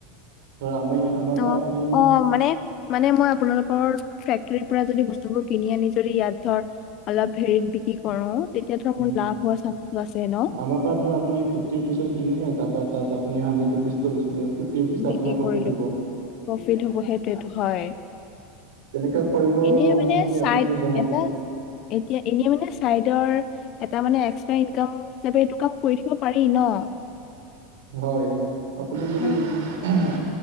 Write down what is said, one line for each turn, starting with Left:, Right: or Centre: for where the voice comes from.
Right: ত আমি আমাৰ
Left: অঁ,
Right: পৰা আপুনি
Left: অঁ মানে মানে মই আপোনালোকৰ ফেক্টৰীৰ পৰা যদি বস্তুবোৰ কিনি আনি, যদি ইয়াত ধৰ অলপ হেৰিত বিক্ৰী কৰো, তেতিয়া ধৰ
Right: উম
Left: মোৰ লাভ হোৱা চান্সটো আছে ন।
Right: আমাৰ পৰা ধৰ আপুনি ফিফটি ৰুপিছত কিনিলে, তাৰা তাত আপুনি হান্দেৰ্ড ৰুপিছ লে ফিফটি ৰুপিছ
Left: বিক্ৰী
Right: আপোনাৰ প্ৰফিট
Left: কৰিলো
Right: হ'ব।
Left: প্ৰফিট হ'ব সেইটোৱেতো হয়
Right: তেনেকুৱা কৰিব
Left: এনেই
Right: মন
Left: মানে
Right: আছে যদি
Left: চাইড
Right: আপুনি জনাব।
Left: এটা এতিয়া এনেই মানে চাইডৰ এটা মানে এক্সট্ৰা ইনকাম হিচাপে এইটো কাম কৰি থাকিব পাৰি ন।
Right: হয় আপুনি যদি
Left: উম
Right: হুেহ